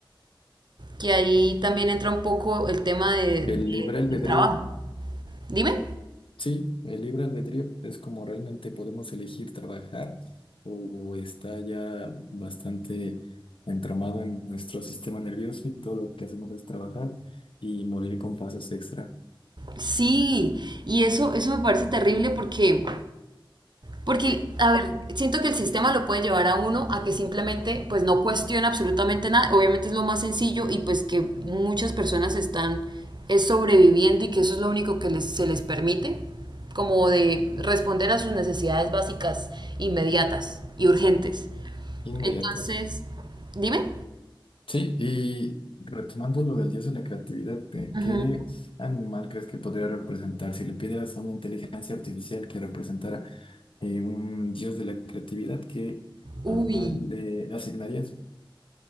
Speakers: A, on the right; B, on the left.
A: que ahí también entra un poco el tema de,
B: El
A: de-
B: libre albedrío,
A: del trabajo. Dime.
B: sí, el libre albedrío es como realmente podemos elegir trabajar o está ya bastante entramado en nuestro sistema nervioso y todo lo que hacemos es trabajar y morir con fases extra
A: Sí, y eso, eso me parece terrible porque, porque, a ver, siento que el sistema lo puede llevar a uno a que simplemente pues no cuestiona absolutamente nada. Obviamente es lo más sencillo y pues que muchas personas están es sobreviviendo y que eso es lo único que les, se les permite, como de responder a sus necesidades básicas inmediatas y urgentes.
B: inmediatas.
A: Entonces, dime.
B: Sí, y retomando lo del dios de la creatividad, ¿de
A: Ujú.
B: ¿qué animal crees que podría representar? Si le pidieras a una inteligencia artificial que representara eh, un dios de la creatividad, ¿qué animal
A: Uy,
B: le asignarías